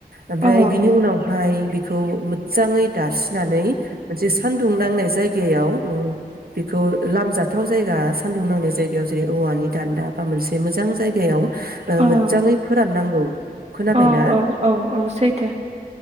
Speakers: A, on the right (about 70°); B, on the right (about 40°).
A: ओमफ्राय
B: अ
A: बिनि उनावहाय बिखौ मोजाङै दास्रिनानै मोनसे सु खानदुं नांनाय जायगायाव ओ बेखौ लामजाथाव जायगा सानदुं नांनाय जाय बेयाव जेरै औवानि दान्दा बा मोनसे मोजां जाय एयाव औ
B: अ ओं
A: मोजजाङै फोराननांगौ खोनाबायना
B: औ
A: <inaudible>
B: औ औ औ सैथो